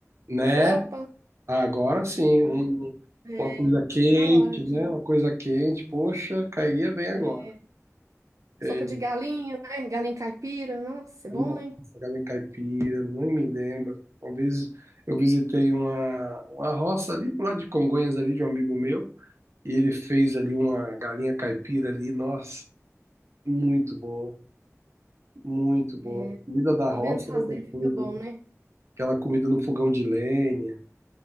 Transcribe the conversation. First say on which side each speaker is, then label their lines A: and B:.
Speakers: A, on the right; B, on the right.
A: Né?
B: sopa,
A: Agora sim, um-
B: né? é,
A: uma coisa quente,
B: na hora de...
A: né? Uma coisa quente, poxa, cairia bem agora.
B: é,
A: É,
B: Sopa de galinha, né? Galinha caipira, nossa, é bom,
A: não,
B: né?
A: farinha caipira, nem me lembro. Uma vez eu visitei uma, uma roça ali pro lado de Congonhas, ali de um amigo meu, e ele fez ali uma galinha caipira ali, nossa, muito boa. Muito boa.
B: É,
A: Comida da
B: Sabendo
A: roça
B: fazer
A: é outra
B: fica
A: coisa,
B: bom,
A: né?
B: né?
A: Aquela comida no fogão de lenha.